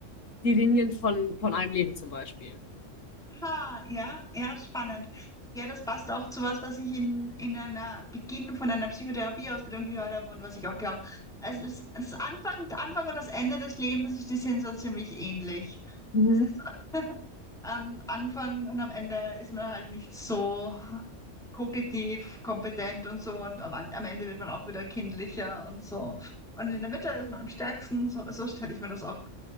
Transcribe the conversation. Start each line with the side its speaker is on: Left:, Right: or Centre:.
Left: die Linien von, von einem Leben zum Beispiel.
Centre: Ha, ja, ja, spannend. Ja, das passt auch zu was, was ich in, in einer Beginn von einer Psychotherapieausbildung gehört habe und was ich auch glaube. Also es, das Anfang, der Anfang und das Ende des Lebens, die sind so ziemlich ähnlich.
Left: Mhm.
Centre: Es ist am Anfang und am Ende ist man halt nicht so kognitiv kompetent und so und am, am Ende wird man auch wieder kindlicher und so. Und in der Mitte ist man am stärksten, so, so stelle ich mir das auch,